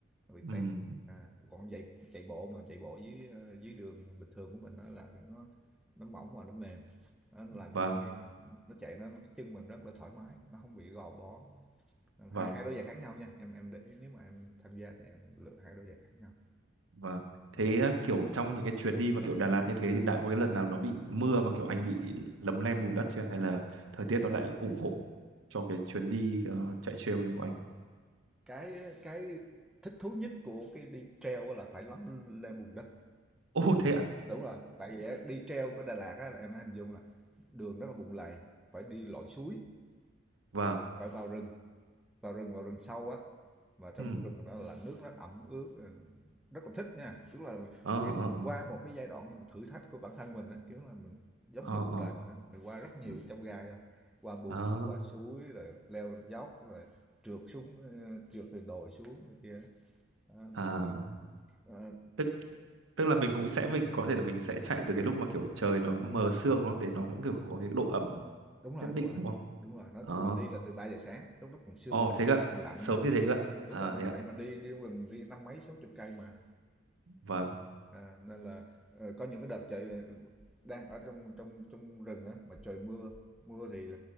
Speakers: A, in the centre; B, on the right.
A: nó bị
B: ừm,
A: té à, còn chạy chạy bộ mà chạy bộ dưới ờ, dưới đường bình thường của mình đó là cái nó nó mỏng và nó mềm nó làm
B: vâng
A: cho khi mà nó chạy nó cái chân mình rất là thoải mái nó không bị gò bó Nên
B: vâng
A: hai hai đôi giày khác nhau nha em em để ý, nếu mà em tham gia thì em lựa hai đôi giày khác nhau
B: Vâng. Thế
A: Ừ.
B: à, kiểu trong những cái chuyến đi mà kiểu Đà Lạt như thế thì đã có cái lần nào nó bị mưa mà kiểu anh bị lấm lem bùn đất chưa? Hay là thời tiết nó lại ủng hộ cho cái chuyến đi ờ, chạy trail đấy của anh?
A: cái cái thích thú nhất của cái đi treo là phải lắm lên bùn đất
B: Ô thế ạ?
A: Đúng rồi, tại vì á, đi treo của Đà Lạt á là em hình dung là đường rất là bùn lầy, phải đi lội suối,
B: Vâng.
A: phải vào rừng, vào rừng vào rừng sâu á. Và trong
B: Ừ.
A: rừng đó là nước nó ẩm ướt ừ, rất là thích nha. Tức là
B: Ờ
A: kiểu là
B: ờ
A: mình
B: ờ
A: qua một cái giai đoạn nhưng mà thử thách của bản thân mình á, kiểu là mình giống
B: ờ
A: như cuộc
B: ờ.
A: đời mình á, mình qua rất nhiều
B: Ừ.
A: trong gai á, qua bùn,
B: Ờ,
A: qua suối rồi leo dốc rồi trượt xuống ờ, trượt từ đồi xuống này kia á. Đó, nên
B: à.
A: là ờ,
B: Tức tức là mình cũng sẽ mình có thể là mình sẽ chạy từ cái lúc mà kiểu trời nó mờ sương nó để nó vẫn kiểu có cái độ ẩm
A: đúng rồi
B: nhất
A: đúng
B: định
A: rồi
B: đúng không?
A: đúng rồi nó
B: Ờ.
A: mình đi là từ 3 giờ sáng lúc đó còn sương
B: Ồ thế cơ. ạ.
A: còn lạnh
B: Sớm như thế cơ. ạ.
A: đúng
B: À
A: rồi
B: thế ạ.
A: tại mình đi đi trong rừng đi năm mấy sáu chục cây mà
B: Vâng.
A: à, nên là ờ, có những cái đợt trời ờ, đang ở trong trong trong rừng á mà trời mưa mưa thì